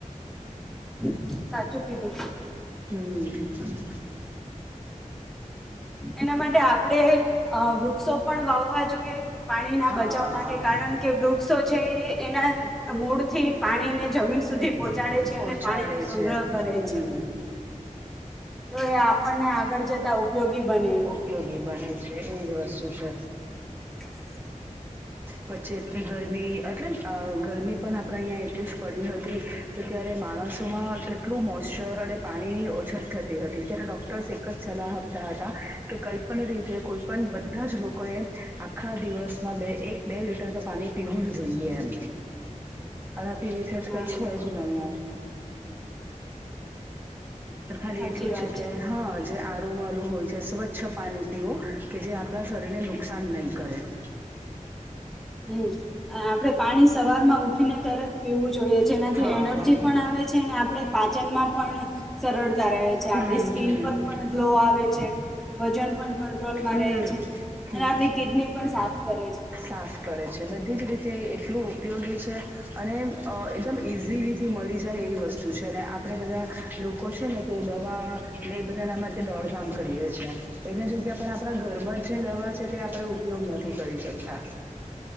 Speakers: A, in the centre; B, on the right.
A: <unintelligible>
B: હમ.
A: એના આપણેે વૃક્ષો પણ વાવવા પાણી ના
B: હા
A: બચાવવા માટે, કારણ કે વૃક્ષો છે, એના મૂળ થી પાણી ને, જમીન સુધી પહચ ચાડે છે,
B: પહોંચાડે
A: અને પાણી નો સંગ્રહ
B: છે
A: કરે છે.
B: હમ.
A: તો એ આપણને આગળ જતા ઉપયોગી બને એમ.
B: ઉપયોગી બને છે, એ જ વસ્તુ છે.
A: <unintelligible>
B: પછી એટલી ગરમી એ મતલબ ગરમી પણ આપણે અહીંયા એટલી જ પડી હતી. તો ત્યારે માણસોમાં કેટલું મોશ્ચર અને પાણીની ઓછત થતી હતી, ત્યારે ડોક્ટર્સ એક જ સલાહ આપતા હતા કે, કલ્પના રીતે કોઈ પણ બધા જ લોકોએ, આખા દિવસમાં બે-એક બે લીટર તો પાણી પીવું જ જોઈએ, એમ આનાથી વિશેષ
A: હા
B: કઈ છે જ નહીં એમ. ખાલી
A: સાચી
B: એટલું
A: વાત
B: કે
A: છે
B: હા જે વાળું છે, સ્વચ્છ પીવો કે, જે આપણા શરીરને નુકસાન નહી કરે. <inaudible>
A: હમ, આપણે પાણી સવાર માં ઉઠીને તરત પીવું જોઈએ છે, જેનાથી
B: હા
A: એનર્જી પણ આવે છે અને આપણે પાચનમાં પણ સરળતા રહે છે
B: હમ
A: આપણી સ્કીન
B: હમ
A: પર પણ ગ્લો આવે છે વજન પણ કંટ્રોલમાં
B: હમ
A: રહે છે અને
B: હમ
A: આપણી કિડની પણ સાફ કરે છે.
B: સાફ કરે છે, બધી જ રીતે એટલું ઉપયોગી છે. અને અ ઈઝીલીથી મળી જાય એવી વસ્તુ છે અને આપણેે બધા લોકો છે ને તે દવા ને એ બધાના માટે દોડધામ કરીએ છે. એની જગ્યા પણ આપણા ઘરમાં જ જે દવા છે તે આપણે ઉપયોગ નથી કરી શકતા.